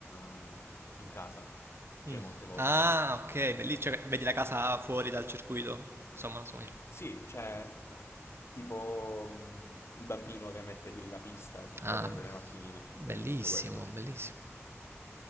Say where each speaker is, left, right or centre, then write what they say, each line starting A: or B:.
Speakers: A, on the left; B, on the right.
A: eh, in casa, cioè
B: Mm.
A: molte volte.
B: Ah, ok, bellissimo. Cioè, vedi la casa fuori dal circuito? Insomma, insomma,
A: Sì, cioè tipo mh, il bambino che mette lì la pista e fa
B: Ah,
A: correre le macchinine, cioè
B: bellissimo,
A: praticamente questo.
B: bellissimo.